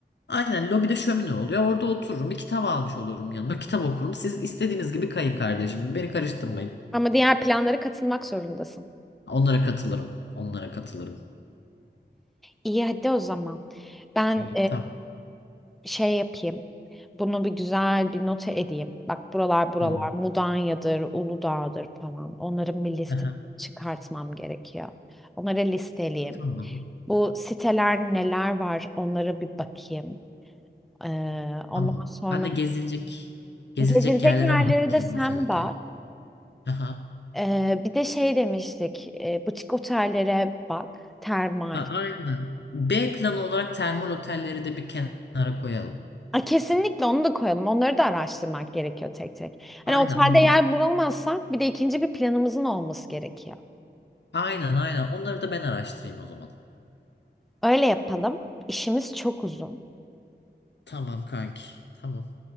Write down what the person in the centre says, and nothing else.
Ama diğer planlara katılmak zorundasın.
İyi hadi o zaman. Ben
şey yapayım. Bunu bir güzel bir nota edeyim. Bak buralar buralar
Mudanya'dır, Uludağ'dır falan. Onların bir listesini
çıkartmam gerekiyor. Onları listeleyeyim.
Bu siteler neler var onlara bir bakayım. Ee, ondan
sonra
gezilecek
yerleri
de sen
bak.
Ee, bir de şey demiştik, e, butik otellere bak, termal.
Aa, kesinlikle onu da koyalım. Onları da araştırmak gerekiyor tek tek. Hani
otelde
yer bulamazsak bir de ikinci bir planımızın olması gerekiyor.
Öyle yapalım. İşimiz çok uzun.